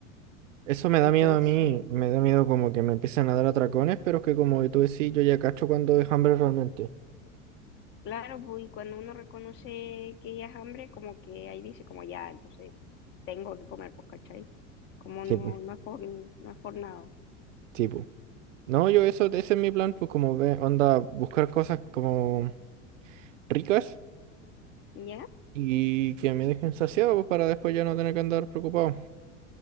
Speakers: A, on the right; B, on the left.
A: eso me
B: Entonces,
A: da miedo a mí, me da miedo como que me empiecen a dar atracones, pero es que como tú decís, yo ya cacho cuando es hambre realmente.
B: claro, pues y cuando uno reconoce que ya es hambre, como que ahí dice como ya, entonces tengo que comer, pues, ¿cachai? Como
A: Sí,
B: no, no es por, no es por nada.
A: pues, No, yo eso, ese es mi plan, pues como ve, onda, buscar cosas como ricas
B: ¿Ya?
A: y que me dejen saciado, pues para después ya no tener que andar preocupado.